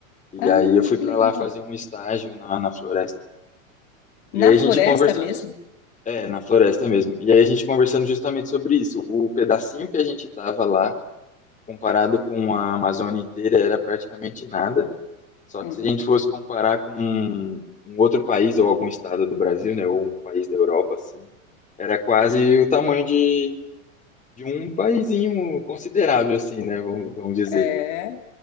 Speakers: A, on the left; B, on the left.
A: e
B: ah,
A: aí eu fui
B: que
A: para
B: legal.
A: lá fazer um estágio na, na floresta. E
B: Na
A: aí
B: floresta
A: a gente conversando,
B: mesmo.
A: é, na floresta mesmo. E aí a gente conversando justamente sobre isso. O pedacinho que a gente tava lá, comparado com a Amazônia inteira, era praticamente nada. Só
B: Uhum.
A: que se a gente fosse comparar com um, um outro país ou algum estado do Brasil, né, ou um país da Europa, assim, era quase o tamanho de de um paísinho considerável, assim, né? Vamos, vamos dizer.
B: É.